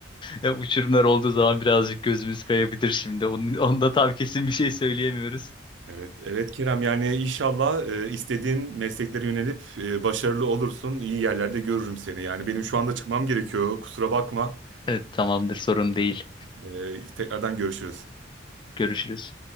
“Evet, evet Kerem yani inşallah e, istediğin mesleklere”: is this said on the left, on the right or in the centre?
Right